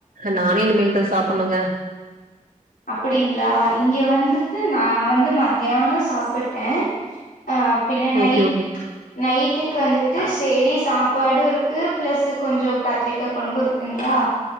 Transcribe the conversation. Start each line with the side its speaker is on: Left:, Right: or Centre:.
Right: நானே இனிமேல் தா சாப்புட்னுங்க
Left: அப்டிங்களா இங்க வந்துட்டு நா வந்து மத்தியானோ சாப்பிட்டே ஆ பின்ன நைட்
Right: ஓகே ஓகே
Left: நைட் வீட்க்கு வந்துட்டு சேரி சாப்பாடு இருக்கு பிளஸ் கொஞ்சோ கத்ரிக்கா கொழம்பு இருக்குங்ளா